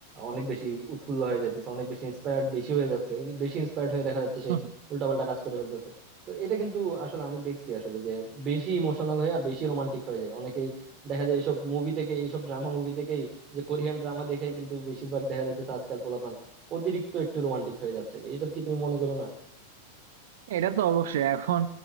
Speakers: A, on the right (about 30°); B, on the right (about 55°).
A: অনেক বেশি উৎফুল্ল হয়ে যাইতেছে অনেক বেশি ইন্সপায়ার্ড বেশি হয়ে যাচ্ছে বেশি ইন্সপায়ার্ড হয়ে দেখা যাচ্ছে সে
B: হুম,
A: উল্টাপাল্টা কাজ করে ফেলতেছে তো এটা কিন্তু আসলে আমি দেখছি আসলে যে বেশি ইমোশনাল হয়ে আর বেশি রোমান্টিক হয়ে যায় অনেকেই দেখা যায় এইসব মুভি থেকে এইসব ড্রামা মুভি থেকেই যে কোরিয়ান ড্রামা দেখেই কিন্তু বেশিরভাগ দেখা যাইতেছে আজকাল অতিরিক্ত একটু রোমান্টিক হয়ে যাচ্ছে কি এটা কি তুমি মনে করো না
B: এটা তো অবশ্যই এখন